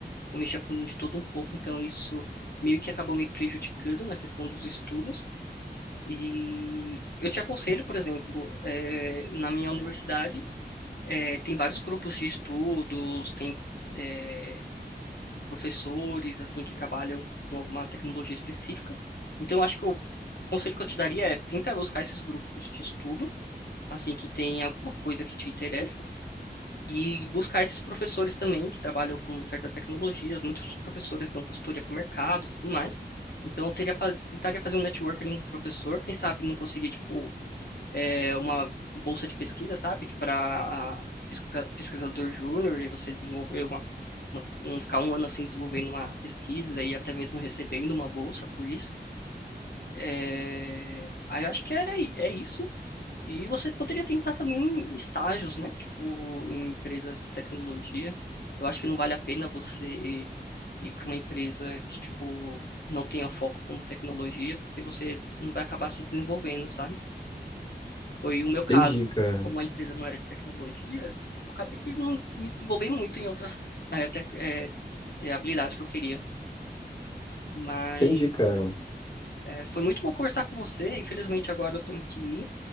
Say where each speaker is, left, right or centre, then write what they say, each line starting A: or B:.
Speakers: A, on the left; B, on the left.
A: eu mexia com de tudo um pouco, então isso meio que acabou me prejudicando na questão dos estudos. E eu te aconselho, por exemplo, eh, na minha universidade, é, tem vários grupos de estudos, tem é, professores assim que trabalham com alguma tecnologia específica. Então, eu acho que eu, o conselho que eu te daria é tenta buscar esses grupos de estudo, assim que tem alguma coisa que te interessa, e buscar esses professores também que trabalham com certas tecnologias. Muitos professores dão consultoria para o mercado e tudo mais. Então, eu teria, fa- tentaria fazer um networking com um professor, quem sabe não conseguir, tipo, é, uma bolsa de pesquisa, sabe? Para pesquisador júnior e você desenvolver uma, uma- um, ficar um ano assim desenvolvendo uma pesquisa e até mesmo recebendo uma bolsa por isso. É, aí eu acho que era, i- é isso. E você poderia tentar também estágios, né? Tipo, em empresas de tecnologia. Eu acho que não vale a pena você ir para uma empresa que, tipo, não tenha foco como tecnologia, porque você não vai acabar se desenvolvendo, sabe? Foi o meu caso.
B: Entendi, cara.
A: Como a empresa não era de tecnologia, eu acabei que não me desenvolvendo muito em outras eh, tec- eh, eh, habilidades que eu queria. Mas
B: Entendi, cara.
A: eh, foi muito bom conversar com você. Infelizmente agora eu tenho que ir.